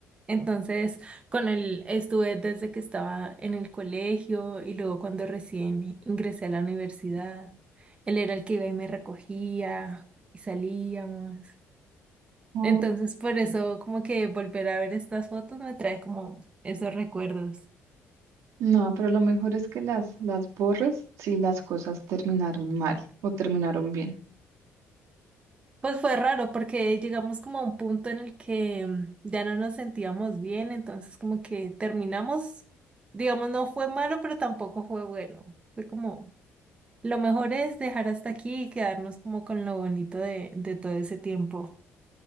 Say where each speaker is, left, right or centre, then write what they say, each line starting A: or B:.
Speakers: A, on the right; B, on the right.
A: Entonces, con él estuve desde que estaba en el colegio y luego cuando recién ingresé a la universidad. Él era el que iba y me recogía y salíamos.
B: Oh.
A: Entonces, por eso, como que volver a ver estas fotos me trae como esos recuerdos.
B: No, pero lo mejor es que las, las borres si las cosas terminaron mal o terminaron bien.
A: Pues fue raro porque llegamos como a un punto en el que mm, ya no nos sentíamos bien, entonces como que terminamos, digamos, no fue malo, pero tampoco fue bueno. Fue como, lo mejor es dejar hasta aquí y quedarnos como con lo bonito de, de todo ese tiempo.